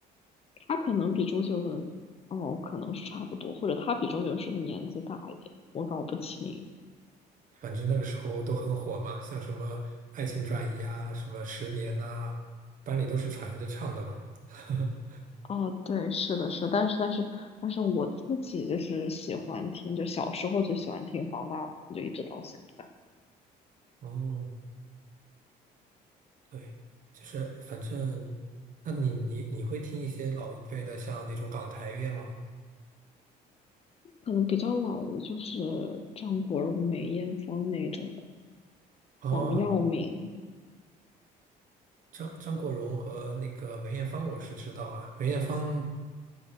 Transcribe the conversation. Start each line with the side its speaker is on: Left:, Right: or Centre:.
Left: 他可能比周杰伦，哦，可能是差不多，或者他比周杰伦是不是年纪大一点？我搞不清。
Right: 反正那个时候都很火嘛，像什么《爱情转移》啊，什么《十年》呐，班里都是传着唱的嘛。<laughs>
Left: 哦，对，是的，是的但是但是但是我自己就是喜欢听，就小时候就喜欢听方大同，就一直到现在。
Right: 哦，对，就是反正，那你你你会听一些老一辈的，像那种港台乐吗？
Left: 可能比较老的就是张国荣、梅艳芳那种的，
Right: 哦，
Left: 黄耀明。
Right: 张张国荣和那个梅艳芳，我是知道啊。梅艳芳